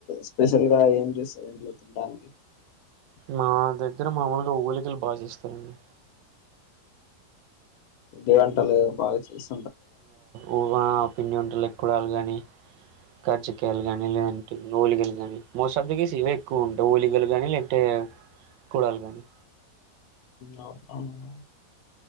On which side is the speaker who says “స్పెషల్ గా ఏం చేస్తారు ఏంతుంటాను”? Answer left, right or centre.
Left